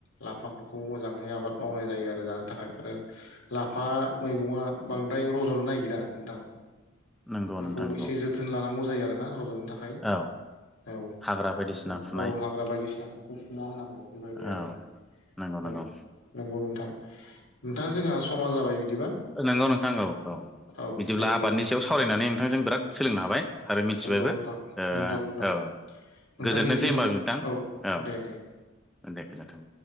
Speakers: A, on the left; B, in the centre.
A: लाफाफोरखौ मोजाङै आबाद मावनाय जायो आरो जानो थाखाय आरो लाफा मैगंङा बां द्राय रज'ननो नागिरा नोंथां
B: नंगौ
A: बेखौ
B: नोंथां नंगौ
A: एसे जोथोन लानांगौ जायो आरोना रज'नो थाखाय
B: औ
A: औ
B: हाग्रा बायदिसिना
A: बेखौ
B: फुनाय
A: औ हाग्रा बायदिसिनाफोरखौ फुना होनांगौ बेबायदि आरो।
B: औ नंगौ नंगौ
A: औ नंगौ नोंथां। नोंथां जोंहा समा जाबाय बिदिबा
B: नंगौ नोंथां नंगौ औ
A: औ
B: बिदिब्ला
A: दे बिदिबा
B: आबादनि सायाव सावरायनानै नोंथांजों बिराद सोलोंनो हाबाय आरो मिथिबायबो
A: नंगौ नोंथां
B: ओ
A: नोंथां नोंथां
B: औ।
A: नोंथांनिसिमबो
B: गोजोनथोंसै होनबा नोंथां
A: औ
B: औ
A: दे दे
B: दे गोजोनथों।